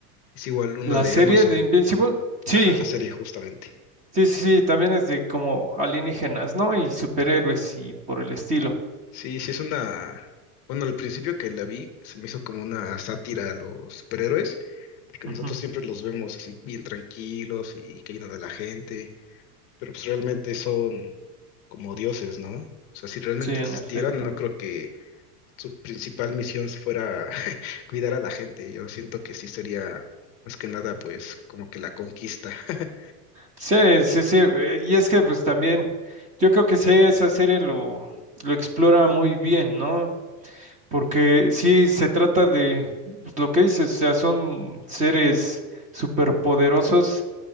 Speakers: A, on the left; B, on the right.
A: Es igual una
B: La
A: de
B: serie
A: Amazon.
B: de Invincible, sí,
A: Ajá, la serie justamente.
B: sí, sí, sí, también es de como alienígenas, ¿no? Y superhéroes y por el estilo.
A: Sí, sí es una... Bueno, al principio que la vi se me hizo como una sátira a los superhéroes, porque
B: Ujú,
A: nosotros siempre los vemos así bien tranquilos y que ayudan a la gente, pero pues realmente son como dioses, ¿no? O sea, si realmente
B: Sí, en
A: existieran,
B: efecto.
A: no creo que su principal misión fuera <laughs> cuidar a la gente. Yo siento que sí sería más que nada, pues, como que la conquista. <laughs>
B: Sí, sí, sí, eh, y es que pues también, yo creo que sí, esa serie lo, lo explora muy bien, ¿no? Porque sí se trata de pues, lo que dices, o sea, son seres superpoderosos